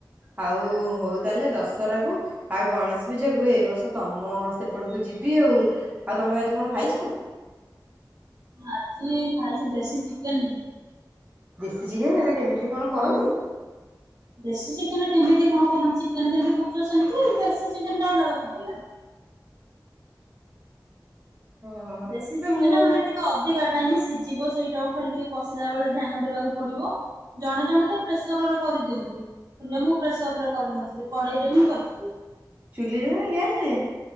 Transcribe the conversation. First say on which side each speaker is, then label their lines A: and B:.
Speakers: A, on the right; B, on the right.
A: ଆଉ ହଉ ତାହେଲେ ଦଶହରା କୁ ଆଉ ଗଣେଶ ପୂଜାକୁ ଏଇ ବର୍ଷ ତମ ସେପଟକୁ ଯିବି ଆଉ ଆଉ ତମେ ଆଜି କଣ ଖାଇଛ?
B: ଆଜି ଖାଇଛି ଦେଶୀ ଚିକେନ୍।
A: ଦେଶୀ ଚିକେନ୍ ହେରା କେମିତି କଣ
B: ହୁଁ।
A: କରନ୍ତି?
B: ଦେଶୀ ଚିକେନ୍ କେମିତି କଣ କରନ୍ତି ଚିକେନ୍ ଯେମିତି କରୁଛ ସେମିତି ଦେଶୀ ଚିକେନ ଟା ଅଲଗା କଣ ହେଲା।
A: ଓହୋ
B: ଦେଶୀ
A: ନା
B: ଚିକେନ
A: ମୁଁ
B: ମାନେ ଟି ତ ଅଧିକା ଟାଇମ ସିଝିବ ସେଇଟାକୁ ଖାଲି ଟିକେ କଷିଲା ବେଳେ ଧ୍ୟାନ ଦେବାକୁ ପଡିବ। ଜଣେ ଜଣେ ତ ପ୍ରେସରରେ କରିଦିଅନ୍ତି। ହେଲେ ମୁଁ ପ୍ରେସର ରେ କରିନଥିଲି କଡେଇରେ ହିଁ କରିଥିଲି।
A: ଚୁଲିରେ ନା ଗ୍ୟାସ ରେ?